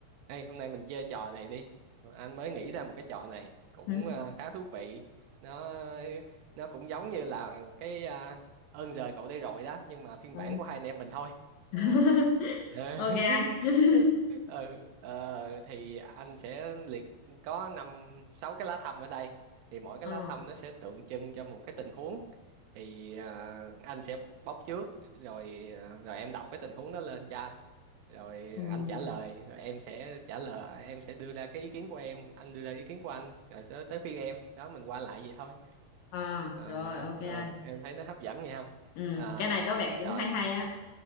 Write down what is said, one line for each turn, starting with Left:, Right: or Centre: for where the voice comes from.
Right: Ê, hôm nay mình chơi trò này đi. Anh mới nghĩ ra một cái trò này cũng
Left: Ừ.
Right: ờ, khá thú vị. Nó nó cũng giống như là cái ờ, ơn giời cậu đây rồi đó, nhưng mà phiên
Left: Ừ.
Right: bản của hai anh em mình thôi.
Left: <laughs>
Right: À. Ờ. <laughs>
Left: ok anh <laughs>
Right: ừ, ờ, thì anh sẽ liệt có năm sáu cái lá thăm ở đây. Thì mỗi cái
Left: ừ.
Right: lá thăm nó sẽ tượng trưng cho một cái tình huống. Thì ờ, anh sẽ bóc trước rồi ờ, rồi em đọc cái tình huống đó lên cho anh rồi
Left: Ừ.
Right: anh trả lời rồi em sẽ trả lời em sẽ đưa ra cái ý kiến của em anh đưa ra ý kiến của anh rồi sẽ tới phiên em đó mình qua lại vậy thôi
Left: À,
Right: ờ
Left: rồi ok anh
Right: ờ, em thấy nó hấp dẫn nha không
Left: ừ.
Right: à
Left: cái này có vẻ cũng
Right: rồi
Left: hay hay á